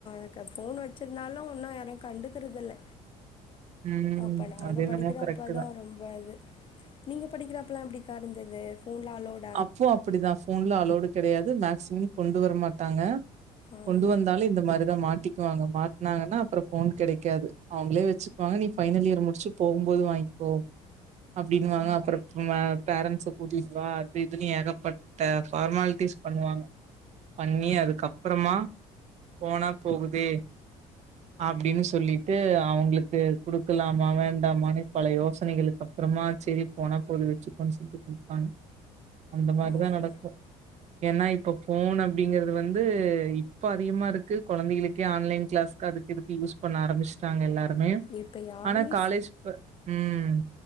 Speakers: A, on the left; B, on the right.
A: அக்கா ஃபோன் வச்சுருந்தாலு ஒன்னு யாரயு கண்டுக்குறதில்ல
B: ம்
A: அப்ப நாங்க
B: அது என்னமோ
A: படிக்கிற
B: கரெக்ட்
A: அப்ப தா ரொம்ப இது நீங்க படிக்கிறப்பல்லா எப்டிக்கா இருந்தது போன்லா அலோட்
B: அப்போ அப்டிதா போன்ல அளோடு கிடையாது மேக்சிமம் கொண்டு வரமாட்டாங்க
A: ஆமா
B: கொண்டு வந்தாலு இந்த மாதிரிதா மாட்டிக்குவாங்க மாட்னாங்கன்னா அப்றோ போன் கிடைக்காது அவுங்களே வெச்சுக்வாங்க நீ ஃபைனல் இயர் முடிச்சு போகுபோது வாங்கிப்போ அப்பிடின்னுவாங்க அப்றொ பேரண்ட்ஸ கூட்டிட்டு வா இதுலுயூ ஏகப்பட்ட ஃபார்மாலிட்டிஸ் பண்ணுவாங்க. பண்ணி அதுக்கப்பறமா போனா போகுது அப்பிடின்னு சொல்லிட்டு அவுங்ளுக்கு குடுக்கலாமா வேண்டாமான்னு பல யோஸ் சனைகளுக்கு அப்றமா செர்ரி போனா போது வெச்சுக்கோன்னு சொல்லிட்டு குடுத்தாங்க. அந்த மாரிதா
A: ஆமா
B: நடக்கும். ஏனா இப்ப போன் அப்பிடிங்கறது வந்து இப்ப அதிகமா இருக்கு. கொழந்தைகளுக்கே ஆன்லைன் க்ளாஸ்க்கு அதுக்கு இதுக்கு யூஸ் பண்ண ஆரம்புச் ட்டாங்க எல்லாருமே.
A: இப்ப யாருமே
B: ஆனா காலேஜ் ப் ம்